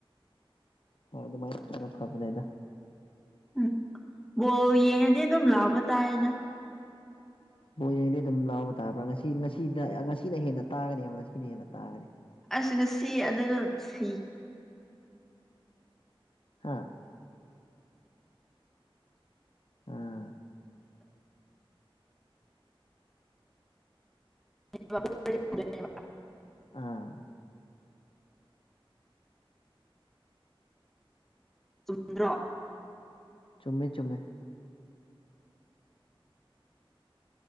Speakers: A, on the left; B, in the centre.
A: ꯍꯣꯏ ꯑꯗꯨꯃꯥꯏꯅ ꯇꯧꯕꯅꯥ ꯐꯕꯅꯦꯗ
B: ꯎꯝ ꯕꯣꯜ ꯌꯦꯡꯉꯗꯤ ꯑꯗꯨꯝ ꯂꯥꯎꯕ ꯇꯥꯏꯌꯦꯗꯥ
A: ꯕꯣꯜ ꯌꯦꯡꯉꯗꯤ ꯑꯗꯨꯝ ꯂꯥꯎꯕ ꯇꯥꯕ꯭ꯔꯥ ꯉꯁꯤ ꯉꯁꯤꯗ ꯉꯁꯤꯅ ꯍꯦꯟꯅ ꯇꯥꯒꯅꯦꯕ ꯉꯁꯤꯅ ꯍꯦꯟꯅ ꯇꯥꯒꯅꯤ
B: ꯑꯁ ꯉꯁꯤ ꯑꯗꯨꯗꯣ ꯁꯤ
A: ꯍꯥꯥ ꯑꯥ
B: <unintelligible>
A: ꯑꯥ
B: ꯆꯨꯝꯗ꯭ꯔꯣ
A: ꯆꯨꯝꯃꯦ ꯆꯨꯝꯃꯦ